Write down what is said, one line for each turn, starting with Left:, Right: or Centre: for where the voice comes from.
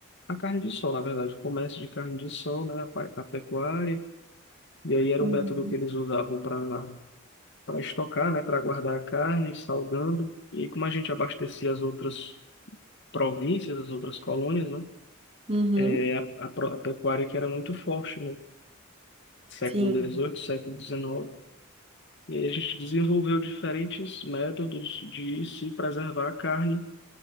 Left: a carne de sol, na verdade, o comércio de carne de sol, né, a, pa- a pecuária, e aí era
Right: Uhum.
Left: um método que eles usavam para para estocar, né, para guardar a carne, salgando, e como a gente abastecia as outras províncias, as outras colônias, né,
Right: Uhum.
Left: é a, a, pro- a pecuária que era muito forte no século
Right: Sim.
Left: XVIII, século XIX, e aí a gente desenvolveu diferentes métodos de se preservar a carne